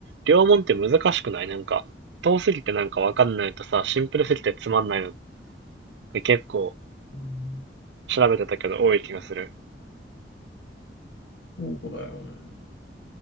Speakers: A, on the right (about 80°); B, on the left (about 80°).
A: 両門って難しくないなんか、遠すぎてなんかわかんないとさ、シンプルすぎてつまんないのって結構
B: うん
A: 調べてたけど多い気がする。
B: そうだよね。